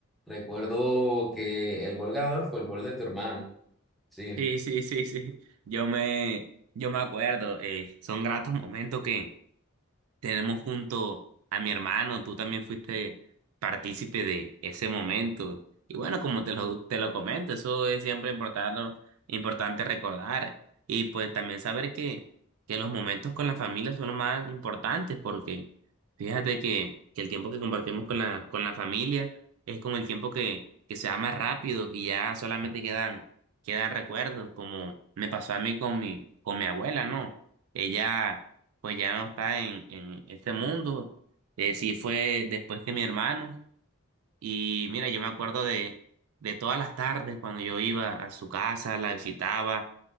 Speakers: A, in the centre; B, on the right.
A: recuerdo que el gol ganador fue el gol de tu hermano, sí.
B: Sí, sí, sí, sí. Yo me, yo me acuerdo, eh, son gratos momentos que, tenemos junto a mi hermano, tú también fuiste partícipe de ese momento. Y bueno, como te lo, te lo comento, eso es siempre importante, importante recordar. Y pues también saber que, que los momentos con la familia son los más importantes, porque fíjate que, que el tiempo que compartimos con la, con la familia es como el tiempo que, que se va más rápido y ya solamente quedan, quedan recuerdos, como me pasó a mí con mi, con mi abuela, ¿no? Ella pues ya no está en, en este mundo. Eh, sí fue después que mi hermano. Y mira, yo me acuerdo de, de todas las tardes cuando yo iba a su casa, la visitaba,